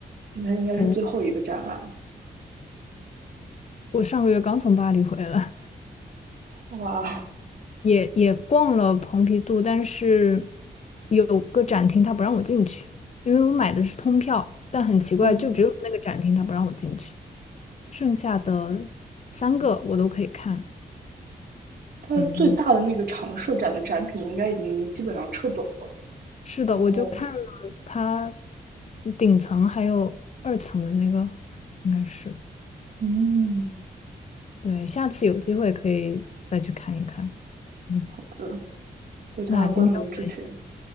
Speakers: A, on the right (about 65°); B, on the left (about 45°).
A: 那应该是最后一个展览。
B: 我我上个月刚从巴黎回来，
A: 哇，
B: 也也逛了蓬皮杜，但是有个展厅他不让我进去，因为我买的是通票，但很奇怪，
A: 嗯，
B: 就只有那个展厅他不让我进去。剩下的三个我都可以看。
A: 它最大的那个常设展的展品应该已经基本上撤走了。
B: 嗯，是的，
A: 然后，
B: 我就看了它顶层还有二层的那个，应该是。
A: 嗯，
B: 对，下次有机会可以再去看一看。嗯，
A: 好的，在它关门之前，
B: 那今天我们，